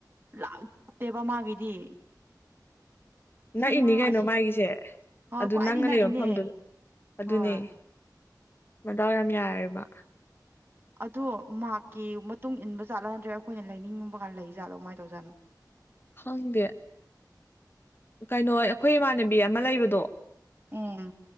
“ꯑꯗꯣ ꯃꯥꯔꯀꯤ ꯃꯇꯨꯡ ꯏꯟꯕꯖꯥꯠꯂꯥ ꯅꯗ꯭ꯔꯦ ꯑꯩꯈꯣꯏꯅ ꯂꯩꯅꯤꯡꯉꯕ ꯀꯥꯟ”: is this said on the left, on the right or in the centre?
Right